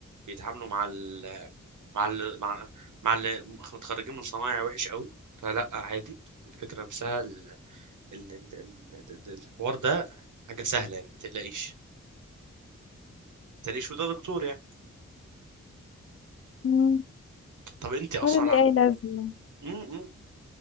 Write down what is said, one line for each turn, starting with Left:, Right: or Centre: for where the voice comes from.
Right: بيتعاملوا مع ال مع ال مع مع اللي متخرجين من صنايع وحش قوي فلا عادي الفكره نفسها ال ال ال ال ال الحوار ده حاجه سهله يعني ما تقلقيش ما تقلقيش وده دكتور يعني
Left: مم،
Right: طب انت اصلا
Left: ولا ليه
Right: ع-
Left: أي لازمة
Right: م- م.